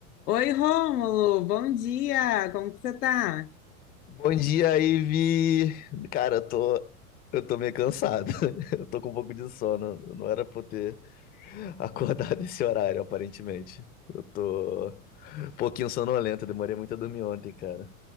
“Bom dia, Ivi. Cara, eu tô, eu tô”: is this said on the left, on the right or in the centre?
Left